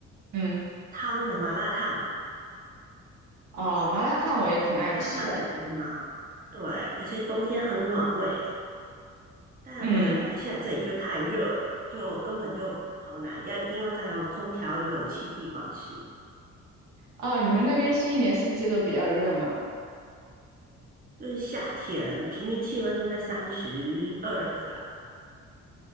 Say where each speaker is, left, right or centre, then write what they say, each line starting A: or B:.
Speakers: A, on the right; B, on the right.
A: 嗯
B: 汤的麻辣烫，
A: 哦麻辣烫我也挺爱吃的，
B: 麻辣烫感觉嘛，对，而且冬天很暖胃。但我在马来西亚这里就太热了，
A: 嗯
B: 就根本就好难，要一定要在有空调、有冷气的地方吃。
A: 哦你们那边是一年四季都比较热吗？
B: 就是夏天，平均气温都在三十二这样，